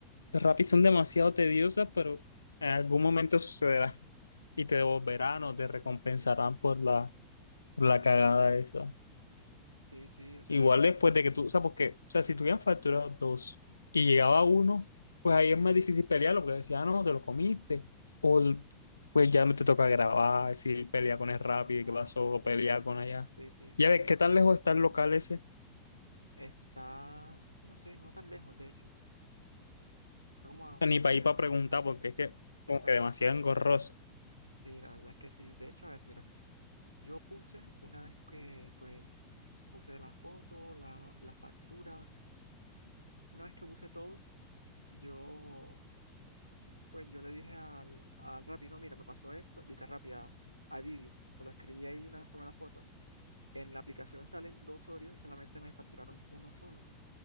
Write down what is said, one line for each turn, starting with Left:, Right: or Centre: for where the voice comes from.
Left: de Rappi son demasiado tediosas, pero en algún momento sucederá y te devolverán o te recompensarán por la, por la cagada esa.
Right: sí, sí, o sea,
Left: Igual después de que tú, o sea, porque, o sea, si tuvieran facturado dos y llegaba uno, pues ahí es más difícil pelearlo, porque decía, ah, no, te lo comiste, o el- pues ya no te toca grabar, decir, pelea con el Rappi,
Right: exacto,
Left: qué pasó, pelea
Right: sí,
Left: con allá.
Right: sí, sí.
Left: Ya ves, ¿qué tan lejos está el local ese? O
Right: Está, no sé, no tan lejos, de hecho. Está como a
Left: sea,
Right: menos
Left: ni para
Right: de
Left: ir para
Right: dos
Left: preguntar,
Right: kilómetros.
Left: porque es que
Right: Exacto,
Left: como que demasiado
Right: <laughs>
Left: engorroso.
Right: sí, la verdad es que sí. De hecho, a ver, mira, yo puse una vez que, pues, puse la foto, la, la factura, una vez que puse todo, yo... Pues yo le dije al, al Rappi, no, mira, me pasó esto, dije a Rappi, a, a Didi, se lo escribí ahí una vez tomé la foto. En la aplicación salen dos Oreos y solamente me facturaron uno solo.